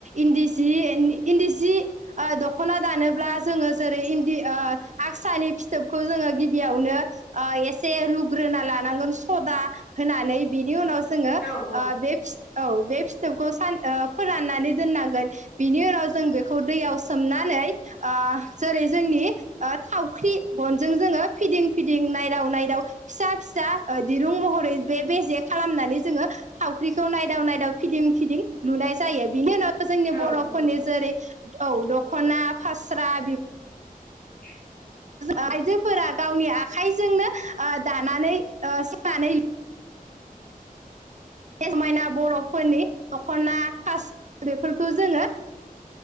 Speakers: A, on the right; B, on the left.
A: इनदि जि जि इनदि ओ सि दख'ना दानोब्ला जोङो जेरै इनदि ओ आगसानि फिथोबखौ जोङो गिबियावनो एसे रुग्रोना लानांगोन सदा होनानै बिनि उनाव जोङो
B: औ औ
A: बे औ बे फिथोबखौ सान फोराननानै दोननांगोन बिनि उनाव जों बेखौ दैयाव सोमनानै जेरै जोंनि थावख्रि गनजों जोङो फिदिं फिदिं नायदाव नायदाव फिसा फिसा दिरुं महरै बे बेजे खालामनानै जोङो थावख्रिखौ नायदाव नायदाव फिदिं फिदिं लुनाय जायो बिनि उनाव जोंनि
B: औ
A: बर'फोरनि
B: नंगौ
A: जेरै औ दख'ना फास्रा बि
B: <unintelligible> <inaudible>
A: आइजोफोरा गावनि आखाइजोंनो दानानै सोनानै समायना बर'फोरनि दख'ना फास्रा बेफोरखौ जोङो